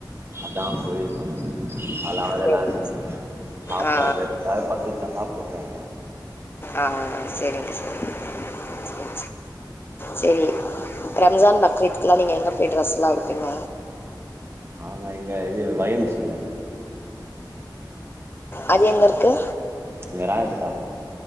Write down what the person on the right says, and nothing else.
அதான் <unintelligible> <unintelligible> <unintelligible>
சாப்ட
எப்பயாவது பசிச்சா சாப்டுகுவே
உம்
ஆஹா இங்க, இது வயம்சுல
ம்ச் இந்த ராயபேட்ட